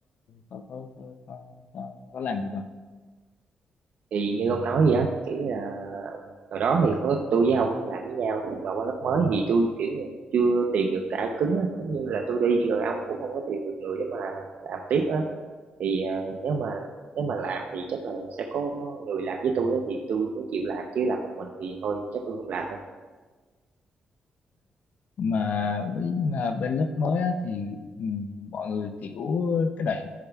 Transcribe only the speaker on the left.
có có có, có, có, có làm được không
mà với- mà bên lớp mới á, thì ừm, mọi người kiểu cái đoạn